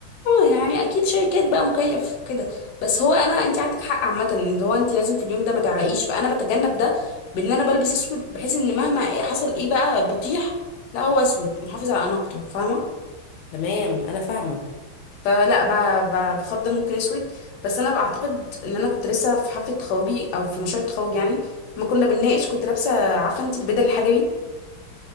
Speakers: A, on the left; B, on the left.
A: اه يعني اكيد شركات بقى مكيف كده بس هو انا انت عندك حق عامه ان هو انت لازم في اليوم ده ما تعرقيش فانا بتجنب ده بان انا بلبس اسود بحيث ان مهما حصل ايه بقى بطيح لا هو اسود محافظ على اناقته فاهمه
B: تمام انا فاهمه
A: فلا ب- ب- بفضل ممكن اسود بس انا بعتقد ان انا كنت لسه في حفله تخرجي او في مشروع التخرج يعني ما كنا بنناقش كنت لابسه عارفه انت البدل الحجري